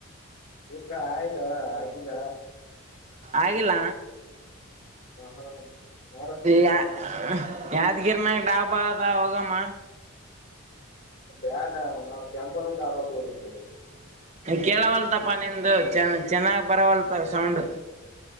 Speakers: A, on the left; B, on the right.
A: ಊಟ ಆಯ್ದ ಆಗಿಲ್ಲ
B: ಆಗಿಲ್ಲ
A: ಹ ಹಾ ಮಾಡಸ್ತಿನಿ
B: ಯ ಯಾದಿಗಿರನಗ ಡಾಬಾ ಆದಾವ ಹೋಗಾಮ
A: ಬೇಡ ನಾನ್ ಕೆಂಬಾವಿ ದಾಬಾಕ ಹೋಗಬೇಕು.
B: ಕೇಳವಲ್ತಪ್ಪ ನಿಂದು ಚ ಚೆನ್ನಾಗ್ ಬರವಲ್ತ ಸೌಂಡು